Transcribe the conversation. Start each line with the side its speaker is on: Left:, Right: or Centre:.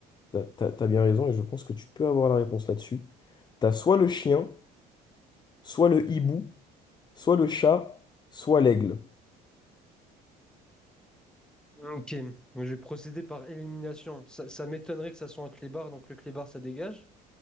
Left: T'as, t'as- t'as bien raison et je pense que tu peux avoir la réponse là-dessus. T'as soit le chien, Soit le hibou, soit le chat, soit l'aigle.
Centre: Ok, je vais procéder par élimination. Ça, ça m'étonnerait que ça soit un clébard, donc le clébard, ça dégage.